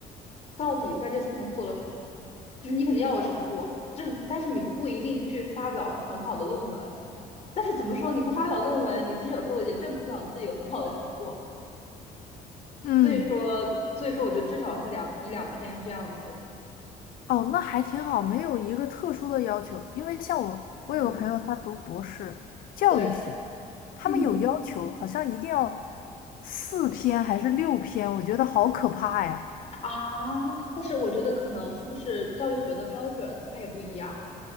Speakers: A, on the left; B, on the left.
A: 到底在这四年做了什么，就是你肯定要有成果，这但是你不一定去发表很好的论文，但是怎么说你不发表论文，你其实有时候也证明不了你自己有很好的成果。
B: 嗯。
A: 所以说，所以说，我觉得至少是两一两篇这样子。
B: 哦，那还挺好，没有一个特殊的要求。因为像我，
A: 嗯
B: 我有个朋友，他读博士教育学，
A: 对，
B: 他们有要求，
A: 嗯
B: 好像一定要四篇还是六篇，我觉得好可怕呀。
A: 啊，但是我觉得可能是不是教育学的标准它也不一样，